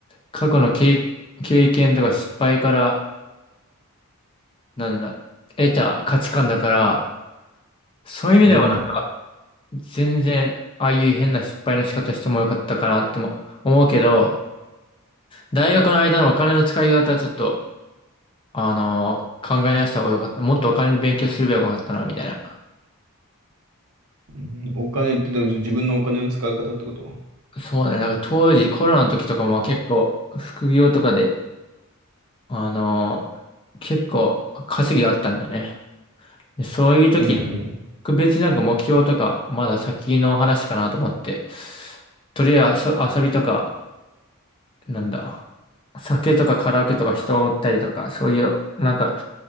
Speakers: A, on the left (about 25°); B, on the right (about 85°).
A: 過去の経、経験とか失敗から、なんだ、得た価値観だから、そういう意味ではなんか、
B: ううん。
A: 全然、ああいう変な失敗の仕方してもよかったかなっても思うけど、大学の間のお金の使い方はちょっと、あのー考え直した方がよかった。もっとお金の勉強すればよかったな、みたいな。
B: うんお金ってどういうこと自分のお金の使い方ってこと
A: そうだね。なんか当時、コロナの時とかも結構、副業とかで、あのー結構稼ぎがあったんだよね。でそういう時、
B: うん
A: 別になんか目標とか、まだ先の話かなと思って、とりあえず遊遊びとか、なんだ、酒とかカラオケとか人を追ったりとか、そういう、なんか、